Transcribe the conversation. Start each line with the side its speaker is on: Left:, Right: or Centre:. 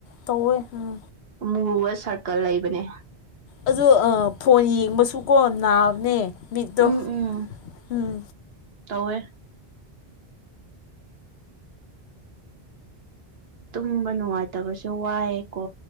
Left: ꯇꯧꯋꯦ ꯎꯝ
Right: ꯃꯨꯕ ꯁꯔꯀꯜ ꯂꯩꯕꯅꯦ
Left: ꯑꯗꯣ ꯐꯣꯟ ꯌꯦꯡꯕꯁꯨꯀꯣ ꯅꯥꯕꯅꯦ ꯃꯤꯠꯗꯣ
Right: ꯎꯝ ꯎꯝ
Left: ꯎꯝ
Right: ꯇꯧꯋꯦ ꯇꯨꯝꯕ ꯅꯨꯡꯉꯥꯏꯇꯕꯁꯨ ꯋꯥꯏꯌꯦꯀꯣ